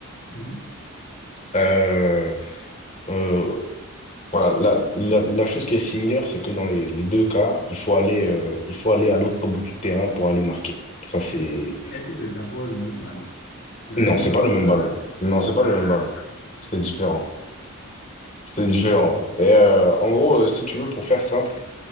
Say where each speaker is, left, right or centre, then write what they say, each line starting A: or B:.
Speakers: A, on the left; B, on the left.
A: oui.
B: Euh, euh, Voilà, la, la, la chose qui est similaire, c'est que dans les, les deux cas, il faut aller, euh, il faut aller à l'autre bout du terrain pour aller marquer. Ça, c'est...
A: Ok. Est-ce que c'est d'abord le même ballon? C'est
B: Non,
A: le même
B: c'est
A: ballon
B: pas le même
A: ovale
B: ballon.
A: là?
B: Non, c'est pas
A: Ah!
B: le même ballon. C'est différent. C'est différent. Et, euh, en gros, euh, si tu veux, pour faire simple,